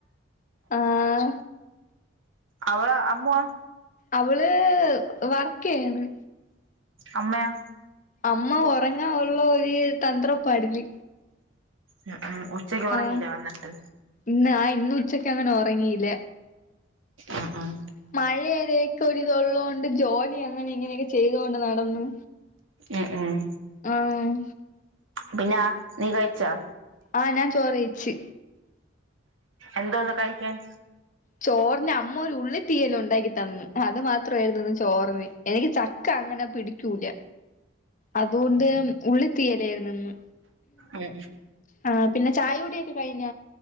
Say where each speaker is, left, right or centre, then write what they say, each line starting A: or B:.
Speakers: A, on the left; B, on the right.
A: ആഹ
B: അവള അമ്മു
A: അവള് വർക്ക് ചെയ്യുന്ന്.
B: അമ്മയോ?
A: അമ്മ ഒറങ്ങനുള്ള ഒരു തന്ത്ര പാട്ല്
B: ഉ ഉ ഉച്ചക്ക് ഒറങ്ങീല്ലേ
A: ആഹ്
B: വന്നിട്ട്?
A: ഇന്ന് ആ ഇന്ന്ഉച്ചക്ക്അങ്ങനെ ഒറങ്ങില്ല.
B: ആഹ ആഹ
A: മഴയരൊക്കെ ഒരിതള്ളതുക കൊണ്ട് ജോലി അങ്ങനെ ഇങ്ങനെയൊക്കെ ചെയ്തൊണ്ട് നടന്നു.
B: ഉം ഉം.
A: ആഹ.
B: പിന്നെ നീ കഴിച്ചാ?
A: ആഹ് ഞാൻ ചോറ് കഴിച്ചു.
B: എന്താന്ന് കഴിക്കാൻ?
A: ചോറിന് അമ്മ ഒരു ഉള്ളി തീയല്ല ഉണ്ടാക്കി തന്നു അത് മാത്രമായിരുന്നുന്ന് ചോറിന്. എനിക്ക് ചക്ക അങ്ങനെ പിടിക്കൂല അതുകൊണ്ട് ഉള്ളി തീയലായിരുന്നുന്ന്.
B: ഉഹ.
A: ആ പിന്നെ ചായ കൂടിയൊക്കെ കഴിഞ്ഞ?